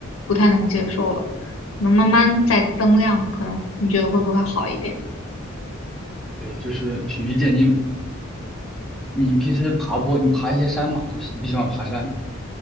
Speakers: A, on the left; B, in the centre.
A: 不太能接受了。可能慢慢再增量，可能你觉得会不会好一点？
B: 对，就是循序渐进嘛。你平时爬坡，你爬一些山嘛，就是你不喜欢爬山，